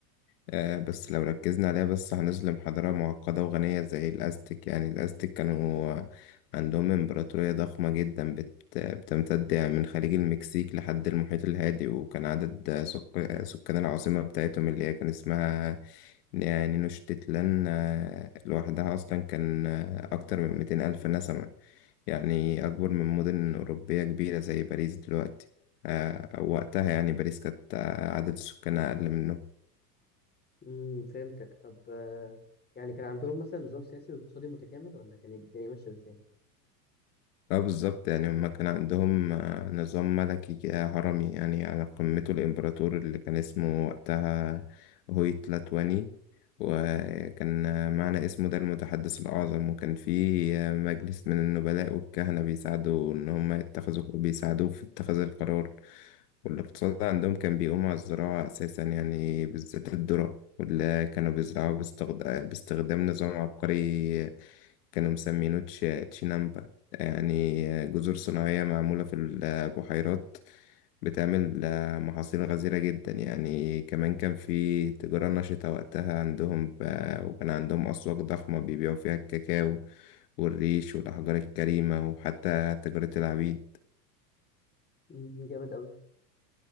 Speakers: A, on the left; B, on the left.
A: آه، بس لو ركزنا عليها بس هنظلم حضاره معقده وغنيه زي الازتك يعني الازتك كانوا آه، عندهم امبراطوريه ضخمه جدا بت بتمتد يعني من خليج المكسيك لحد المحيط الهادي وكان عدد آه، سك- آه، سكان العاصمه بتاعتهم اللي هي كان اسمها يعني نشتتلان آه، لوحدها أصلا كان آه، أكتر من ميتين ألف نسمة يعني أكبر من مدن أوروبية كبيرة زي باريس دلوقتي آه، أو وقتها يعني باريس كانت آه، عدد سكانها أقل منه
B: امم فهمتك طب أه يعني كان عندهم مثلا نظام سياسي واقتصادي متكامل ولا كانت الدنيا ماشيه ازاي
A: اه بالظبط يعني هما كان عندهم آه، نظام ملكي كده هرمي يعني على قمته الإمبراطور اللي كان اسمه وقتها هويتلاتواني وكان آه، معنى اسمه ده المتحدث الأعظم وكان في آه، مجلس من النبلاء والكهنة بيساعدوا إن هما يتخذوا بيساعدوه في اتخاذ القرار والاقتصاد عندهم كان بيقوم على الزراعة أساسا يعني بالذات الذرة واللي كانوا بيزرعوها باستخد- باستخدام نظام عبقري آه، كانوا مسمينه تش- تشينامبا يعني جزر صناعية معمولة في البحيرات بتعمل محاصيل غزيرة جدا يعني كمان كان في تجارة نشطة وقتها عندهم ب- وكان عندهم أسواق ضخمة بيبيعوا فيها الكاكاو والريش والأحجار الكريمة وحتى تجارة العبيد
B: امم جامد قوي